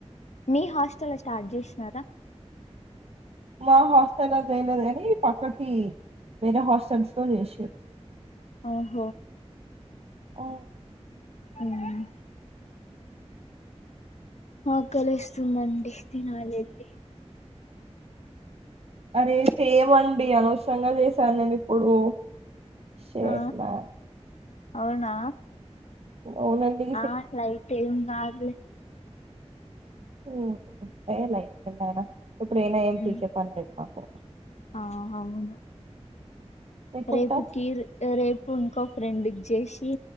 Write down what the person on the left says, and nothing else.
మీ హాస్టల్ స్టార్ట్ చేసన్నారా
ఆహో
ఉమ్ ఆకలుస్తుందండి తినాల అండీ
ఆ
అవునా
ఆ లైట్ ఏంగా ఆలీ
మ్
ఆ అవును
రేపు కర్ రేపు ఇంకో ఫ్రెండ్ జేసి